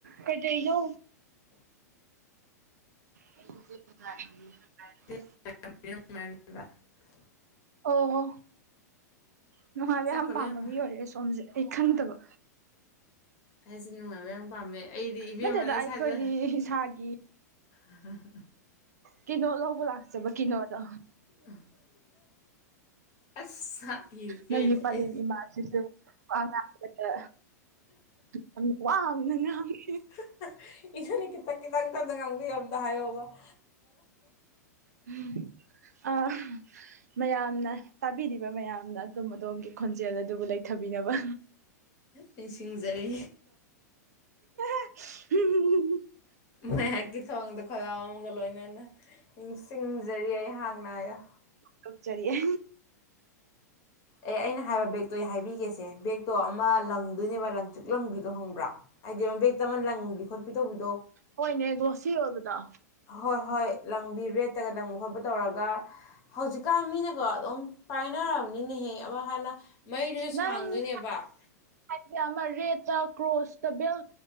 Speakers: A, on the right; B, on the left.
A: ꯀꯩꯗꯩꯅꯣ ꯍꯧꯖꯤꯛ June July June July
B: <unintelligible>
A: ꯑꯣ ꯅꯨꯡꯉꯥꯏꯕ
B: ꯆꯠꯈ꯭ꯔꯣ
A: ꯌꯥꯝ
B: ꯏꯕꯦꯝꯃ
A: ꯄꯥꯝꯕ ꯃꯤ ꯑꯣꯏꯔꯦ ꯁꯣꯝꯁꯦ ꯑꯩ ꯈꯪꯗꯕ
B: ꯑꯩꯁꯦ ꯅꯨꯡꯉꯥꯏꯕ ꯌꯥꯝ ꯄꯥꯝꯃꯦ ꯑꯩꯗꯤ ꯏꯕꯦꯝꯃꯅ
A: ꯅꯠꯇꯗ ꯑꯩꯈꯣꯏꯒꯤ
B: ꯁ꯭ꯋꯥꯏꯁꯦ
A: ꯏꯁꯥꯒꯤ
B: ꯑꯍꯍ
A: ꯀꯤꯅꯣ ꯂꯧꯕ ꯂꯥꯛꯆꯕ ꯀꯤꯅꯣꯗꯣ
B: <unintelligible> ꯑꯁ ꯏ ꯄꯦꯜꯂꯛꯑꯦ
A: ꯅꯣꯢꯒꯤ ꯄꯂꯦꯝ ꯏꯃꯥꯁꯤꯁꯨ ꯋꯥꯉꯥꯡꯕꯗꯒ ꯌꯥꯝ ꯋꯥꯡꯅ ꯉꯥꯡꯉꯤ
B: <unintelligible> ꯏꯊꯟꯅꯤ ꯈꯤꯇꯪ ꯈꯤꯇꯪ ꯇꯞꯅ ꯉꯥꯡꯕ ꯌꯥ ꯑꯝꯇ ꯍꯥꯢꯌꯣꯕ <unintelligible>
A: <unintelligible> ꯑꯥ ꯃꯌꯥꯝꯅ ꯇꯥꯕꯤꯔꯤꯕ ꯃꯌꯥꯝꯅ ꯑꯗꯣꯝ ꯑꯗꯣꯝꯒꯤ ꯈꯣꯟꯖꯦꯜ ꯑꯗꯨꯕꯨ ꯂꯩꯊ ꯕꯤ ꯅꯕ
B: ꯅꯤꯡꯁꯤꯡꯖꯔꯤ
A: <unintelligible>
B: ꯃꯥꯏꯌꯦꯞꯀꯤ ꯊꯣꯡꯗ ꯈꯣꯜꯂꯥꯎ ꯑꯝꯒ ꯂꯣꯏꯅꯅ ꯅꯤꯡꯁꯤꯡꯖꯔꯤ ꯑꯩꯍꯥꯛꯅ ꯌꯣ
A: ꯂꯨꯛꯆꯔꯤ <unintelligible>
B: ꯑꯦ ꯑꯩꯅ ꯍꯥꯏꯕ ꯕꯦꯛꯇꯣ ꯑꯩ ꯍꯥꯏꯕꯤꯒꯦꯁꯦ ꯕꯦꯛꯇꯣ ꯑꯃ ꯂꯪꯗꯣꯏꯅꯦꯕ ꯂꯪꯇ꯭ꯔꯤꯛ ꯂꯪꯕꯤꯗꯣ ꯈꯪꯕ꯭ꯔꯥ ꯍꯥꯏꯗꯤ ꯑꯃ ꯕꯦꯛꯇ ꯑꯃ ꯂꯪꯕꯤ ꯈꯣꯠꯄꯤ ꯇꯧꯕꯤꯗꯣ
A: ꯍꯣꯏꯅꯦ ꯒ꯭ꯂꯣꯁꯤ ꯑꯣꯏꯕꯗꯣ
B: ꯍꯣꯏ ꯍꯣꯏ ꯂꯪꯕꯤ ꯔꯦꯠꯇꯒ ꯂꯪꯕ ꯈꯣꯠꯄ ꯇꯧꯔꯒ ꯍꯧꯖꯤꯛꯀꯥꯟ ꯃꯤꯅꯒ ꯑꯗꯨꯝ ꯄꯥꯏꯅꯔꯕꯅꯤꯅꯦꯍꯦ ꯑꯃ ꯍꯥꯏꯅ ꯃꯩꯗꯨꯁꯨ
A: ꯅꯪꯅ
B: ꯁꯥꯡꯗꯣꯏꯅꯦꯕ
A: ꯍꯥꯢꯁꯦ ꯑꯃ ꯔꯦꯠꯇ ꯀ꯭ꯔꯣꯁꯇ ꯕꯦꯜ